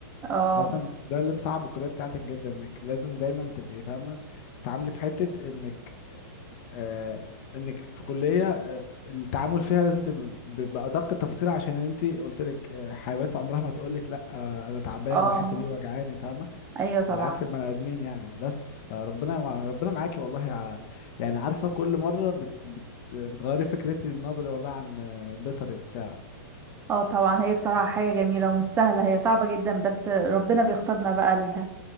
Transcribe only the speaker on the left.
اصلا ده اللي مصعب الكليه بتاعتك جدا انك لازم دايما تبقي فاهمه تتعاملي في حته انك آه انك في كليه آه التعامل فيها لازم تبقى ب- بادق التفاصيل عشان انت قلت لك آه حيوانات عمرها ما تقول لك لا آه انا تعبانه
الحته دي وجعاني فاهمه
على عكس البني ادمين يعني بس فربنا مع- ربنا معاكي والله ع- يعني عارفه كل مره بت بت بتغيري فكرتي نظري والله عن آه، بيطري وبتاع